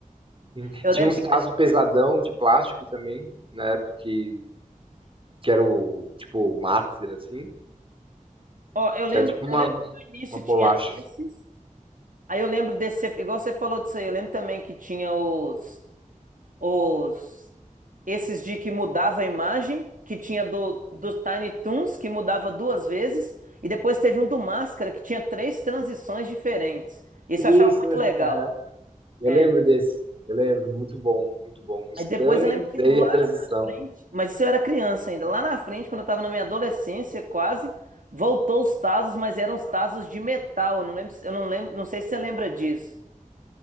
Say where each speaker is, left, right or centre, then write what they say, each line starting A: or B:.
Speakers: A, on the right (about 40°); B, on the right (about 75°).
A: Hum.
B: Eu
A: Tinha
B: lembro
A: uns tazos
B: que,
A: pesadão de plástico também, na época que, que era o, tipo, o master, assim,
B: ó, eu lembro,
A: que era tipo uma,
B: eu lembro que no início
A: uma bolacha.
B: tinha esses. Aí eu lembro desse, igual você falou disso aí, eu lembro também que tinha os, os, esses de que mudava a imagem, que tinha do, do Tiny Toons, que mudava duas vezes, e depois teve um do Máscara, que tinha três transições diferentes. Isso
A: Três,
B: eu achava muito
A: aham.
B: legal.
A: Eu
B: É.
A: lembro desse, eu lembro, muito bom, muito bom. Stanley,
B: Aí depois eu lembro que
A: daí
B: lá
A: a transição.
B: na frente, mas isso eu era criança ainda, lá na frente, quando eu tava na minha adolescência quase, voltou os Tazos, mas eram os Tazos de metal, eu não lembro, se- eu não lembro, não sei se você lembra disso.